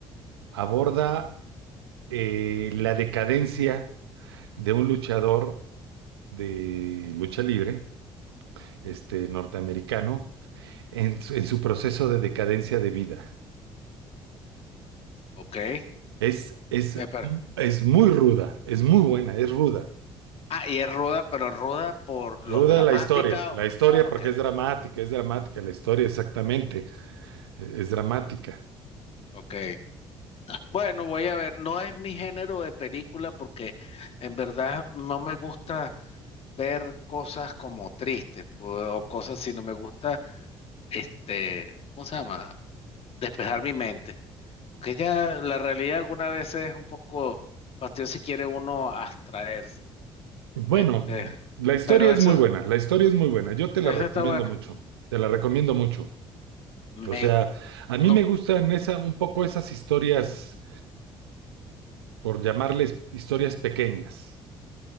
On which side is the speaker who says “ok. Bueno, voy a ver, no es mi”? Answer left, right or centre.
Left